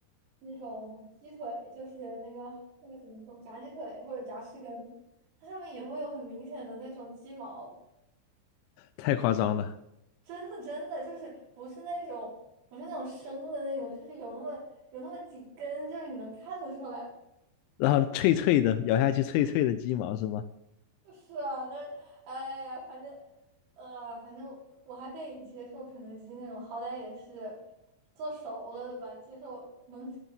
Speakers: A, on the right; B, on the left.
A: 那种鸡腿，就是那个那个什么说炸鸡腿或者炸翅根，它上面也会有很明显的那种鸡毛。
B: 太夸张了。
A: 真的真的就是不是那种，不是那种生的那种，就是有那么有那么几根，就是你能看得出来。
B: 然后脆脆的，咬下去脆脆的鸡毛是吗？
A: 是啊，那哎呀，反正呃，反正我还可以接受肯德基那种，好歹也是做熟了的吧，接受能